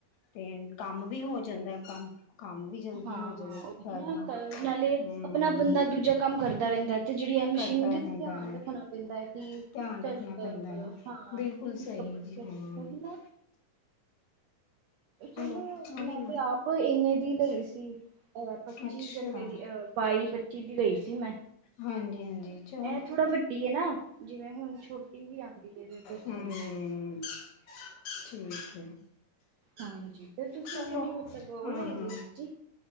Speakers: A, on the left (about 65°); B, on the right (about 80°).
A: ਤੇ ਕੰਮ ਵੀ ਹੋ ਜਾਂਦਾ ਕੰਮ ਕੰਮ ਵੀ ਜਲਦੀ
B: ਹਾਂ,
A: ਹੋ
B: ਹਾਂ
A: ਜਾਏਗਾ
B: ਉਹੀ
A: ਏਦਾਂ
B: ਨਾ ਨਾਲੇ
A: ਹਮ
B: ਆਪਣਾ ਬੰਦਾ ਦੂਜਾ ਕੰਮ ਕਰਦਾ ਰਹਿੰਦਾ, ਤੇ ਜਿਹੜੀ ਏ ਮਸ਼ੀਨ
A: ਕਰਦਾ
B: ਹੁੰਦੀ
A: ਰਹਿੰਦਾ
B: ਧਿਆਨ
A: ਹੈ
B: ਰੱਖਣਾ ਪੈਂਦਾ ਕਿ
A: ਧਿਆਨ
B: ਚੱਲ
A: ਰੱਖਣਾ
B: ਅ
A: ਪੈਂਦਾ
B: ਅ
A: ਹੈ
B: ਹਾਂ
A: ਬਿਲਕੁਲ
B: ਇੱਕ
A: ਸਹੀ
B: ਕੱਪੜੇ
A: ਜੀ
B: ਫੇਰ
A: ਹਾਂ
B: ਉਹੀ ਨਾ ਚਲੋ
A: ਉਹ ਵੀ
B: ਮੈਂ ਤੇ ਆਪ ਇੰਨੇ ਦੀ ਲਈ ਸੀ। ਅ ਪੱਚੀ
A: ਅੱਛਾ
B: ਕ ਰਪਏ ਦੀ ਅਹ ਬਾਈ-ਪੱਚੀ ਦੀ ਲਈ ਸੀ ਮੈਂ
A: ਹਾਂਜੀ ਹਾਂਜੀ ਚਲੋ
B: ਐਹ ਥੋੜਾ ਵੱਡੀ ਏ ਨਾ, ਜਿਵੇਂ ਹੁਣ ਛੋਟੀ ਵੀ ਆਂਦੀ ਏ ਏਦੇ ਤੋਂ
A: ਹੂੰ।
B: ਸਾਈਜ਼
A: ਠੀਕ
B: ਹਾਂਜੀ, ਫੇਰ ਤੁਸੀਂ
A: ਚਲੋ
B: ਕਿਹੜੀ ਮਤਲਬ ਉਹ
A: ਹਾਂ
B: ਲਈ ਦੀ ਏ ਦੂਜੀ।